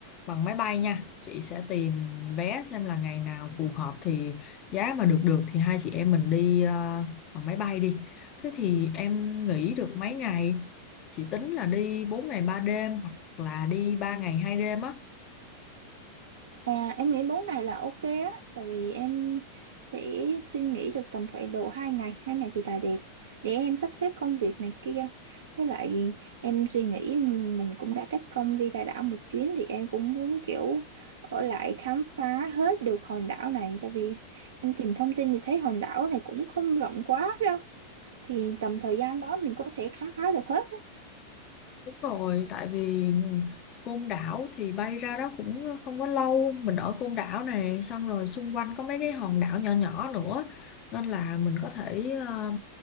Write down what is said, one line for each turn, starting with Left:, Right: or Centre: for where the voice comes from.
Left: bằng máy bay nha. Chị sẽ tìm vé xem là ngày nào phù hợp thì giá mà được được thì hai chị em mình đi ờ, bằng máy bay đi. Thế thì em nghỉ được mấy ngày? Chị tính là đi 4 ngày 3 đêm hoặc là đi 3 ngày 2 đêm á.
Right: à, em nghĩ 4 ngày là ok á tại vì em sẽ xin nghỉ được tầm khoảng độ 2 ngày hai ngày thì là đẹp để em sắp xếp công việc này kia với lại em suy nghĩ mình cũng đã cách công đi ra đảo một chuyến thì em cũng muốn kiểu ở lại khám phá hết được hòn đảo này tại vì em tìm thông tin thì thấy hòn đảo này cũng không rộng quá đâu thì tầm thời gian đó mình có thể khám phá được hết
Left: Đúng rồi, tại vì Côn Đảo thì bay ra đó cũng không có lâu, mình ở Côn Đảo này xong rồi xung quanh có mấy cái hòn đảo nhỏ nhỏ nữa nên là mình có thể ờ,